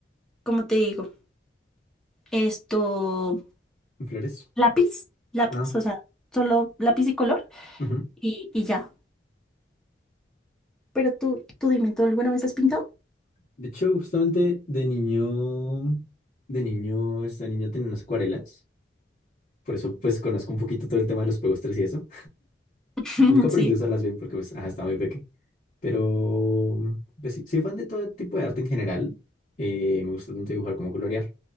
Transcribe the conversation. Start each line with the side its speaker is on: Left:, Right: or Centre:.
Centre: como te digo, esto,
Left: ¿Flores?
Centre: lápiz, lápiz,
Left: Ah,
Centre: o sea, solo lápiz y color
Left: ujú.
Centre: y, y ya. Pero tú, tú dime, ¿tú alguna vez has pintado?
Left: De hecho, justamente de niño, de niño, esta niña tenía unas acuarelas. Por eso, pues, conozco un poquito todo el tema de los pegostres y eso.
Centre: <laughs>
Left: Nunca aprendí
Centre: Sí.
Left: a usarlas bien porque pues, ajá, estaba muy pequeño. Pero pues, sí, soy fan de todo tipo de arte en general. Eh, me gusta tanto dibujar como colorear.